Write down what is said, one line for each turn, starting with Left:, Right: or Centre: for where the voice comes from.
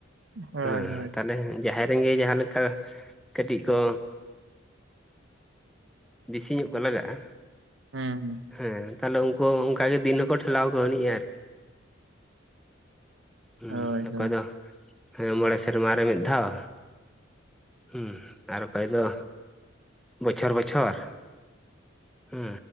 Right: ᱦᱳᱭ
Centre: ᱦᱮᱸ,
Right: ᱦᱳᱭ
Centre: ᱛᱟᱦᱞᱮ ᱡᱟᱦᱟᱭ ᱨᱮᱝᱜᱮ ᱡᱟᱦᱟᱸ ᱞᱮᱠᱟ ᱠᱟᱹᱴᱤᱡ ᱫᱚ ᱵᱮᱥᱤ ᱧᱚᱜ ᱠᱚ ᱞᱟᱜᱟᱜᱼᱟ,
Right: ᱦᱩᱸ ᱦᱩᱸ
Centre: ᱦᱮᱸ᱾ ᱛᱟᱦᱞᱮ ᱩᱱᱠᱩ ᱚᱱᱠᱟ ᱜᱮ ᱫᱤᱱ ᱦᱚᱸᱠᱚ ᱴᱷᱮᱞᱟᱣ ᱠᱚ ᱟᱹᱱᱤᱡᱼᱟ᱾ ᱦᱩ
Right: ᱦᱳᱭ
Centre: ᱚᱠᱚᱭ
Right: ᱦᱳᱭ
Centre: ᱫᱚ ᱦᱮ ᱢᱚᱬᱮ ᱥᱮᱨᱢᱟ ᱨᱮ ᱢᱤᱫ ᱫᱷᱟᱣ᱾ ᱦᱩᱸ ᱟᱨ ᱚᱠᱚᱭ ᱫᱚ, ᱵᱚᱪᱷᱚᱨ ᱵᱚᱪᱷᱚᱨ ᱦᱩᱸ